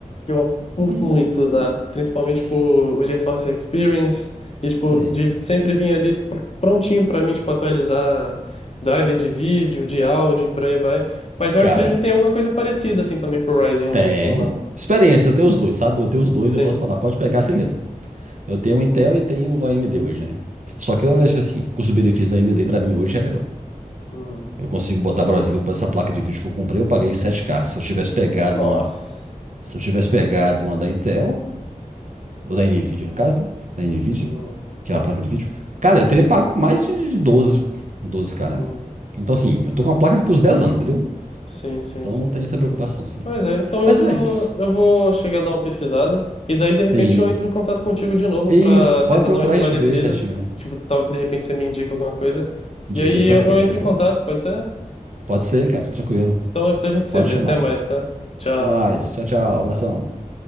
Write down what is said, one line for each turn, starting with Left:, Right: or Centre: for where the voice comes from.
Left: que eu curto
Right: hum,
Left: muito usar, principalmente,
Right: S-
Left: tipo, o GeForce Experience, e, tipo,
Right: Sim.
Left: de, sempre vinha ali pr- prontinho pra mim, tipo, atualizar driver de vídeo, de áudio e por aí vai. Mas eu
Right: Cara,
Left: acredito que tem alguma coisa parecida, assim, também pro Ryzen
Right: s-
Left: ou,
Right: tem.
Left: ou não.
Right: Experiência, eu tenho os dois, sabe? Eu tenho os dois,
Left: Sim.
Right: eu posso falar, pode pegar sem medo. Eu tenho o Intel e tenho o AMD hoje, né? Só que eu acho assim, o custo-benefício da AMD pra mim hoje é melhor.
Left: Uhum.
Right: Eu consigo botar, por exemplo, essa placa de vídeo que eu comprei, eu paguei sete k Se eu tivesse pegado
Left: Nossa.
Right: uma, se eu tivesse pegado uma da Intel, ou da Nvidia no caso, né? Da Nvidia,
Left: Uhum.
Right: que é a placa de vídeo, cara, eu teria pago mais de doze doze k nela.
Left: Uhum.
Right: Então, assim, eu tô com a placa aqui pros 10 anos, entendeu?
Left: Sim, sim,
Right: Então,
Left: sim.
Right: não tem essa preocupação, sim.
Left: Mas é, então eu
Right: Mas
Left: vou,
Right: é isso.
Left: eu vou chegar a dar uma pesquisada e daí de repente
Right: Sim.
Left: eu entro em contato contigo de novo
Right: Isso,
Left: para
Right: pode
Left: tentar
Right: procurar
Left: dar uma esclarecida,
Right: a gente ver certinho.
Left: tipo, tal, de repente você me indica alguma coisa.
Right: Dica,
Left: E aí
Right: tranquilo,
Left: eu, eu entro
Right: tranquilo.
Left: em contato, pode ser?
Right: Pode ser, cara, tranquilo.
Left: Então a gente se
Right: Pode
Left: vê.
Right: chamar.
Left: Até mais, tá? Tchau.
Right: Até mais. Tchau, tchau. Abração.